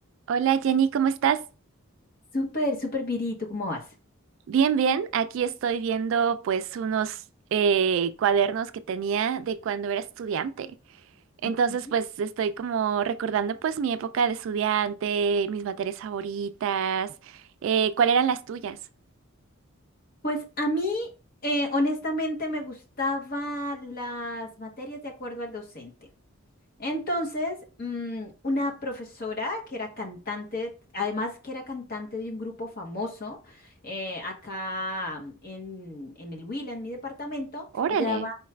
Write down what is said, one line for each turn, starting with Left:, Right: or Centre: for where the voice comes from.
Right: Hola Jenny, ¿cómo estás?
Left: Súper, súper Viri, ¿tú cómo vas?
Right: Bien, bien. Aquí estoy viendo pues unos eh, cuadernos que tenía de cuando era estudiante. Entonces
Left: Ujú.
Right: pues estoy como recordando pues mi época de estudiante, mis materias favoritas, eh, ¿cuáles eran las tuyas?
Left: Pues a mí, eh, honestamente, me gustaban las materias de acuerdo al docente. Entonces, mm, una profesora que era cantante, además que era cantante de un grupo famoso, eh, acá mm, en, en el Huila, en mi departamento,
Right: Órale.
Left: ella daba,